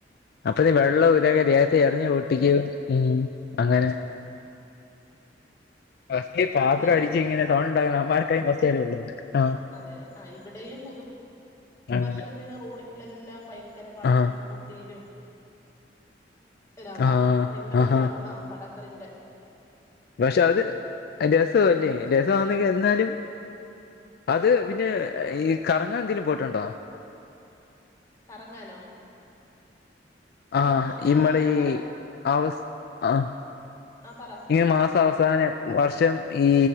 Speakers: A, on the left; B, on the left.
A: അപ്പഴ്ത്തെ
B: അതെ
A: വെള്ളോ ഇതക്കെ ദേഹത്ത് എറിഞ്ഞ് പൊട്ടിക്ക ഉം അങ്ങനെ ഫസ്റ്റ് പാത്രടിച്ച്
B: ഇവിടെയും
A: ങ്ങനെ സൗണ്ട്ണ്ടാക്കണേ അവമ്മാരക്കെ ഫസ്റ്റ് <unintelligible> ഉള്ളുന്നാലും ആഹ്
B: അതെ ആഹ് ഇവിടെയും പുതു
A: അങ്ങനെ
B: വർഷത്തിന് റോഡിലെല്ലാം ഭയങ്കര പടക്കം
A: ആഹ്
B: പൊട്ടീരും ലാവ
A: ആഹ്
B: ഭയങ്കര
A: ആഹാ
B: ബഹളവ ആഹ് പടക്കയ്ന്റെ
A: പക്ഷെ അത് രസവല്ലേ രസാവാന്നെന്നാ ന്നാലും അത് പിന്നെ ഈ കറങ്ങാന്തെലും പോയിട്ടുണ്ടോ
B: കറങ്ങാനോ
A: ആഹ്
B: വിഷു
A: ഇമ്മളീ
B: ആഹ് കറ
A: അവസ് ആഹ്
B: ആഹ് പറ.
A: ഈ മാസവസാനം വർഷം ഈ